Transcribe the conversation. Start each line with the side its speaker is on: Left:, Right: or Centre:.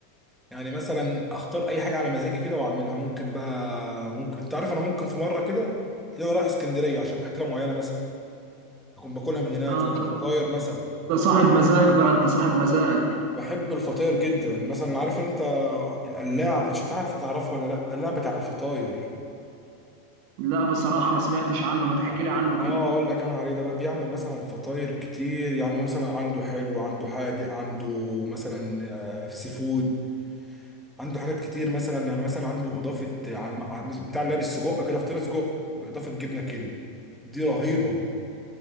Centre: يعني مثلا اختار اي حاجة على مزاجي كده واعملها ممكن بقى ممكن انت عارف انا ممكن في مرة كده تلاقيني رايح اسكندرية عشان اكلة معينة مثلا اكون باكلها من هناك
Right: اه
Centre: زي الفطاير مثلا
Right: ده صاحب مزاج بقى انت صاحب مزاج
Centre: بحب الفطاير جدا مثلا عارف انت القلاع مش هتعرف هتعرفه ولا لا القلاع بتاع الفطاير
Right: لا بصراحة ما سمعتش عنه ما تحكي
Centre: اه
Right: لي عنه
Centre: آه،
Right: كده
Centre: اقول لك انا عليه ده بقى بيعمل مثلا فطاير كتير يعني مثلا عنده حلو عنده حادق عنده مثلا آه، سي فود عنده حاجات كتير مثلا يعني مثلا عنده اضافه يعني مع- بتاع اللي لابس سجق كده فطيره سجق باضافه جبنه كيري دي رهيبه